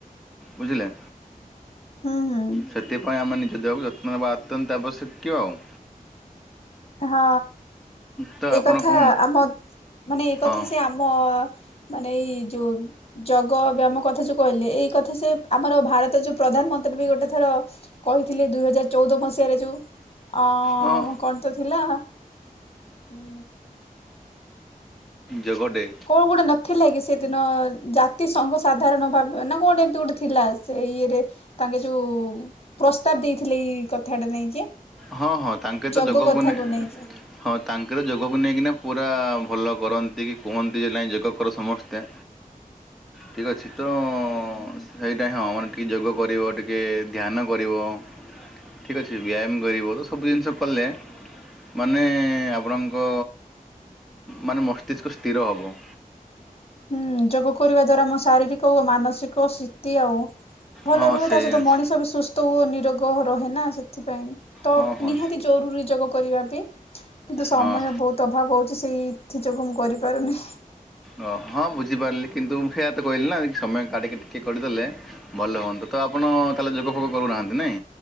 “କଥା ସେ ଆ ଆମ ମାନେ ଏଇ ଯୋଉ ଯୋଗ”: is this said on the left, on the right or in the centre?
Left